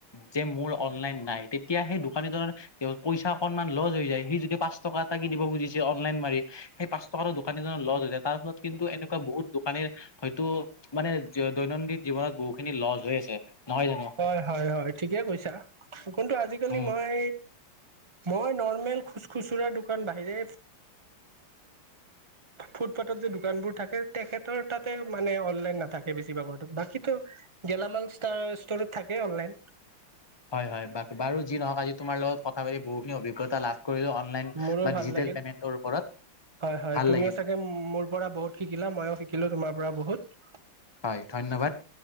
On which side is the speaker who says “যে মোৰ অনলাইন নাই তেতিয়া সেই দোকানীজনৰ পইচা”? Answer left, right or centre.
Left